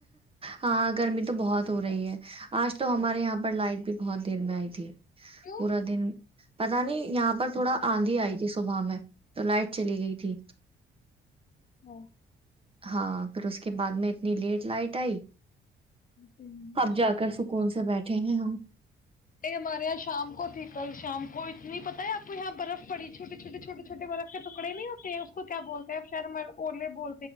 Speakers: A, on the right (about 30°); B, on the left (about 45°).
A: ہاں گرمی تو بہت ہو رہی ہے آج تو ہمارے یہاں پر لائٹ بھی بہت دیر میں آئی تھی
B: کیوں
A: پورا دن پتا نہیں یہاں پر تھوڑا آندھی آئی تھی صبح میں تو لائٹ چلی گئی تھی
B: ہو
A: ہاں پھر اس کے بعد میں اتنی لیٹ لائٹ آئی
B: نہیں
A: اب جا کر س اسکول سے بیٹھے ہیں ہم
B: یہ ہمارے یہاں شام کو تھی کل شام کو اتنی پت ہے آپ تو یہاں برف پڑی چوے چھوے چھوے چھوٹےر کے ٹکڑے نہیں ہوتے ہیں اس کو کیا بولتے ہیں شاید بولے بول